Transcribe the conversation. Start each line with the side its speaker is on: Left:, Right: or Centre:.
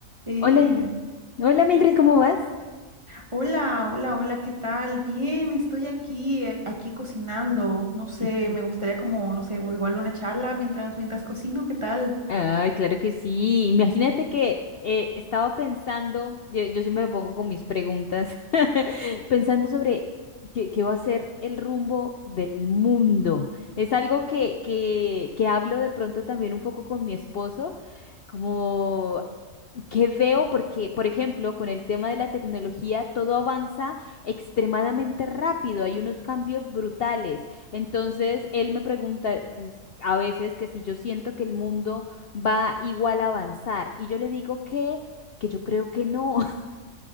Right: Hey,
Left: Hola, hola Mildred, ¿cómo vas?
Right: hola, hola, hola, ¿qué tal? Bien, estoy aquí, eh, aquí cocinando. No sé,
Left: <laughs> Ujú.
Right: me gustaría como, no sé, igual una charla mientras, mientras cocino, ¿qué tal?
Left: Ay, claro que sí. Imagínate que eh, estaba pensando, yo, yo siempre me pongo con mis preguntas, <laughs> pensando sobre qué, qué va a ser el rumbo del mundo. Es algo que, que, que hablo de pronto también un poco con mi esposo, como que veo porque, por ejemplo, con el tema de la tecnología, todo avanza extremadamente rápido, hay unos cambios brutales. Entonces, él me pregunta que s- a veces que si yo siento que el mundo va igual a avanzar y yo le digo que, que yo creo que no, <laughs>